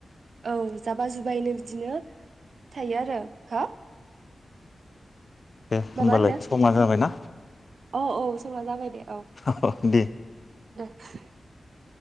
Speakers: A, on the right; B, on the left.
A: औ, जाबा जुबायैनो बिदिनो थायो आरो। हो?
B: दे होमबालाय
A: माबा होनदों
B: समानो जाबाय ना?
A: औ औ समाव जाबाय दे।
B: औ दे।
A: <inaudible>